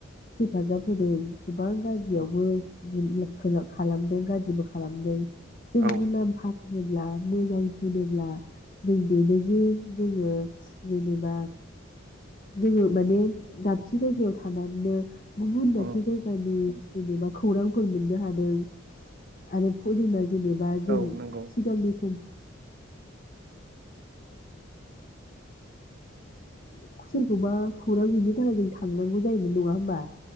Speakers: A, on the left; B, on the right.
A: हेफाजाब होदों। गोबां गाज्रियावबो
B: उम
A: बुंला खोलो खालामदों गाज्रिबो खालामदों। जोंनि
B: औ
A: नाम फाब होनोब्ला मोजां होनोब्ला जों बेनो जे दोङो जेनेबा जोङो माने दाबसे जायगायाव थानानो गुबुन दाबसे
B: उम
A: जायगानि जेनेबा खौरांफोर मोननो हादों आरोथ' जोंनाय जेनेबा जों
B: औ नंगौ
A: थिगांनिफ <unintelligible> खौ सोरखौबा खौरां हैनो थाखाय जों थांनांगौ जायोमोन नङा होमबा?